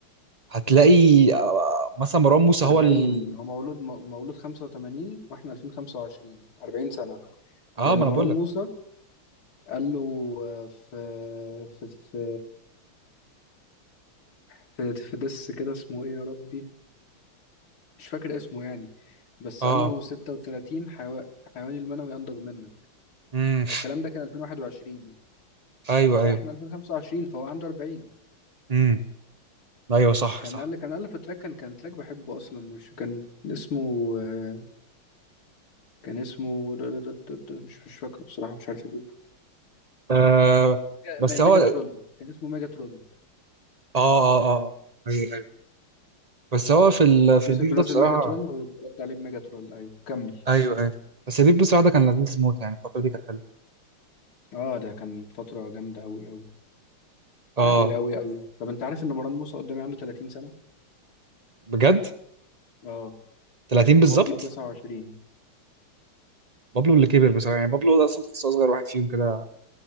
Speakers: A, on the right; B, on the left.
A: هتلاقي آه، مثلا مروان موسى
B: 40
A: هو ال...
B: هو مولود م- مولود 85 واحنا 2025 40 سنة
A: اه
B: لان
A: ما انا
B: مروان
A: بقول لك
B: موسى قال له آه، في في في في, في دس كده اسمه ايه يا ربي مش فاكر اسمه يعني بس
A: اه
B: قال له 36 حيو... حيواني المنوي انضج منك
A: امم
B: الكلام ده كان 2021
A: ايوه
B: فاحنا
A: ايوه
B: 2025 فهو عنده 40
A: امم ايوه صح
B: كان
A: صح
B: قال كان ألف تراك كان كان تراك بحبه أصلا مش كان اسمه آه، كان اسمه د- د- د- د- د- مش مش فاكره بصراحة مش عارف أجيبه
A: آه بس
B: م-
A: هو
B: ميجا
A: اه
B: ترول كان اسمه ميجا ترول
A: اه اه ايوه ايوه بس هو في ال...
B: كان عبد
A: في
B: يوسف
A: البيف
B: منزل
A: ده بصراحه
B: ميجا ترول ورد عليه بميجا ترول أيوه كمل
A: ايوه ايوه بس البيف بصراحه ده كان لذيذ موت يعني الفتره دي كانت حلوه
B: اه ده كان فترة جامدة أوي أوي
A: اه
B: يعني أوي أوي أوي طب أنت عارف إن مروان موسى قدامي عنده 30 سنة؟
A: بجد
B: اه
A: 30
B: وبابلو
A: بالظبط
B: 29
A: بابلو اللي كبر بصراحه يعني بابلو ده اصلا تحسه اصغر واحد فيهم كده